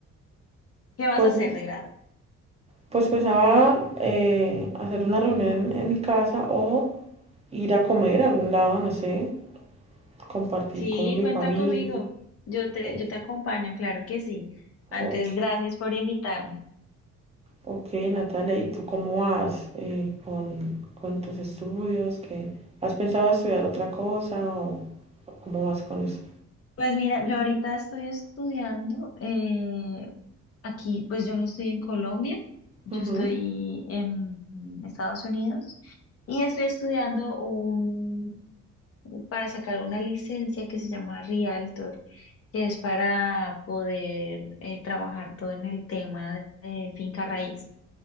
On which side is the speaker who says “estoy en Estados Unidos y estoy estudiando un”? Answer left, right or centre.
Left